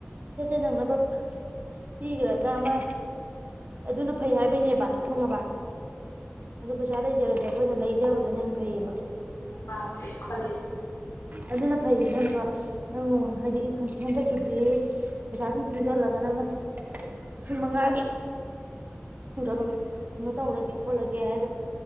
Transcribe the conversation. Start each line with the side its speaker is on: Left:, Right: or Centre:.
Right: ꯊꯦꯊꯦꯠ ꯅꯪꯅꯕ ꯄꯤꯈ꯭ꯔꯒ ꯑꯃ ꯑꯗꯨꯅ ꯐꯩ ꯍꯥꯏꯕꯩꯅꯦꯕ ꯈꯪꯉꯕ ꯑꯗꯨ ꯄꯩꯁꯥ ꯂꯩꯖꯔꯗꯤ ꯑꯩꯈꯣꯏꯅ ꯂꯩꯖꯕꯗꯨꯅ ꯍꯦ ꯐꯩꯌꯦꯕ
Left: ꯄꯥꯝꯃꯤ ꯑꯩꯖꯨ ꯈꯜꯂꯤꯅꯦ
Right: ꯑꯗꯨꯅ ꯐꯩ ꯏꯅꯝꯇꯣꯟ ꯅꯪ ꯅꯣꯡ ꯍꯥꯏꯗꯤ ꯍꯟꯆꯤ ꯍꯟꯗꯛꯀꯤꯗꯤ ꯄꯩꯁꯥ ꯇꯨꯝ ꯇꯨꯡꯖꯜꯂꯒ ꯅꯪꯅ ꯂꯤꯁꯤꯡ ꯃꯉꯥꯒꯤ ꯑꯗꯨꯝ ꯀꯩꯅꯣ ꯇꯧꯔꯒꯦ ꯈꯣꯠꯂꯒꯦ ꯍꯥꯏꯔꯒꯥꯏ